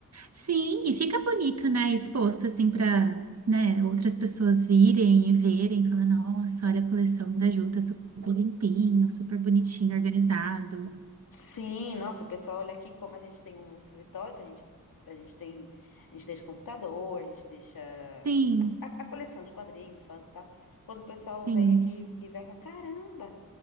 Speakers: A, on the right; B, on the left.
A: Sim, e fica bonito, né? Exposto assim para, né, outras pessoas virem e verem, falar, nossa, olha a coleção da Ju, tá super limpinho, super bonitinho, organizado.
B: Sim, nossa, pessoal, olha aqui como a gente tem um escritório que a gente, a gente tem. A gente deixa computador, a gente deixa
A: Sim,
B: a, a- coleção de quadrinho, Funko e tal. Quando o pessoal
A: sim.
B: vem aqui e vai falar, caramba,